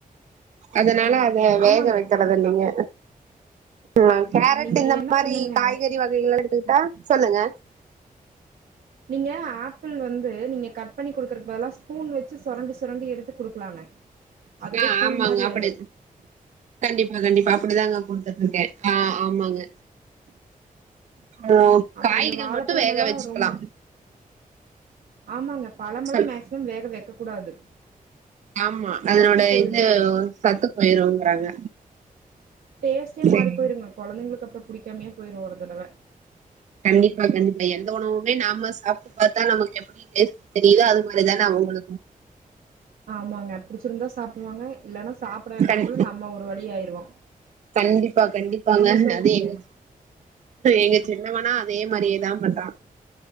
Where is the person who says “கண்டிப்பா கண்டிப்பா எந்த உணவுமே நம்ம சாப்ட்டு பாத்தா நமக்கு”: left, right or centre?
Right